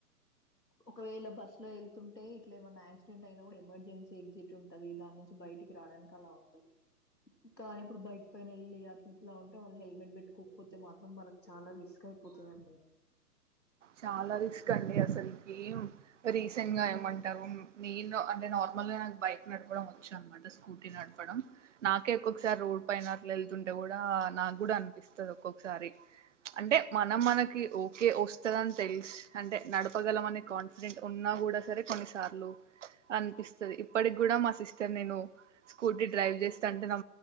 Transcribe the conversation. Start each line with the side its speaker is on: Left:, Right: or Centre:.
Left: ఒకవేళ బస్సులో ఎళ్తుంటే ఇట్లా ఏమైన్నా యాక్సిడెంట్ అయిన కూడా ఎమర్జెన్సీ ఎగ్జిట్ ఉంటది దాని నుంచి బయటికి రావడానికి అలా ఉంటది. కానీ ఇప్పుడు బైక్ పైన వెళ్ళి ఇట్లా ఉంటే వాళ్ళు హెల్మెట్ పెట్టుకోపోతే మాత్రం వాళ్ళకి చాలా రిస్క్ అయిపోతదండి.
Right: చాలా రిస్క్ అండి. అసలుకి రీసెంట్ గా ఏమంటారు నేను అంటే నార్ మల్లి నాక్ బైక్ నడపడం వచ్చు అనమాట. స్కూటీ నడపడం నాకే ఒక్కొక్కసారి రోడ్ పైన అట్ల వెళ్తుంటే కూడా నాకు కూడా అనిపిస్తది. ఒక్కొక్కసారి అంటే మనం మనకి ఓకే వస్ వస్తదని తెలుసు అంటే నడపగలం అనే కాన్ఫిడెంట్ ఉన్నా కూడా సరే కొన్నిసార్లు అన్ ఇప్పటికి కూడా మా సిస్టర్ నేను స్కూటీ డ్రైవ్ చేస్తా అంటే నా